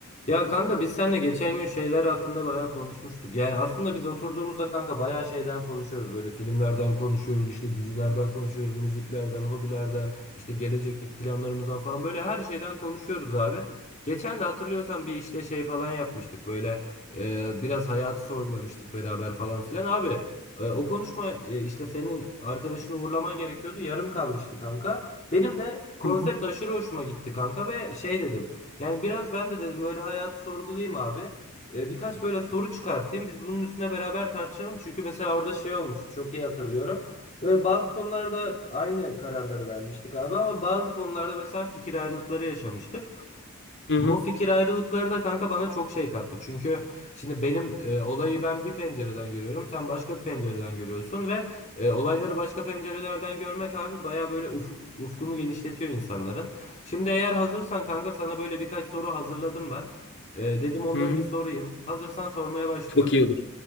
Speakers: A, on the left; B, on the left.
A: Ya kanka biz seninle geçen gün şeyler hakkında bayağı konuşmuştuk. Yani aslında biz oturduğumuzda kanka bayağı şeyden konuşuyoruz. Böyle filmlerden konuşuyoruz, işte dizilerden konuşuyoruz, müziklerden, hobilerden, işte gelecekteki planlarımızdan falan böyle her şeyden konuşuyoruz abi. Geçen de hatırlıyorsan bir işte şey falan yapmıştık böyle e, biraz hayatı sorgulamıştık beraber falan filan. Abi e, o konuşma e, işte senin arkadaşını uğurlaman gerekiyordu yarım kalmıştı kanka. Benim de konsept
B: Hı hı,
A: aşırı hoşuma gitti kanka ve şey dedim. Yani biraz ben de dedim böyle hayat sorgulayayım abi. Ee, birkaç böyle soru çıkartayım. Biz bunun üstüne beraber tartışalım. Çünkü mesela orada şey olmuştu. Çok iyi hatırlıyorum. Böyle bazı konularda aynı kararları vermiştik abi ama bazı konularda mesela fikir ayrılıkları yaşamıştık.
B: hı hı.
A: Bu fikir ayrılıkları da kanka bana çok şey kattı. Çünkü şimdi benim e, olayı ben bir pencereden görüyorum. Sen başka bir pencereden görüyorsun ve e, olayları başka pencerelerden görmek abi baya böyle ufuk, ufkunu genişletiyor insanların. Şimdi eğer hazırsan kanka sana böyle birkaç soru hazırladım ben. E, dedim onları
B: Hı hı.
A: bir sorayım. Hazırsan sormaya başlıyorum.
B: Çok iyi olur.